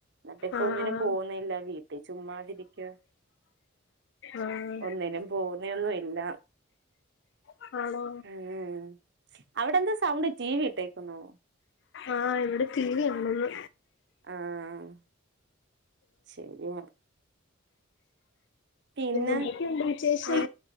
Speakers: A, on the right; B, on the left.
A: ന്നിട്ടിപ്പോ
B: ആഹ്
A: ഒന്നിനും പോകുന്നില്ല വീട്ടി ചുമ്മാതിരിക്കാ.
B: ആഹ്
A: ഒന്നിനും പോകുന്നേയൊന്നുല്ല.
B: ആഹ് ആണോ
A: ഉം അവിടെന്താ സൗണ്ട് ടി വി ഇട്ടേക്കുന്നോ?
B: ആഹ് ഇവിടെ ടി വി ഇണ്ടെന്ന്.
A: ആഹ് <unintelligible> പിന്നെ
B: എന്തൊക്കെയുണ്ട് വിശേഷം
A: നീ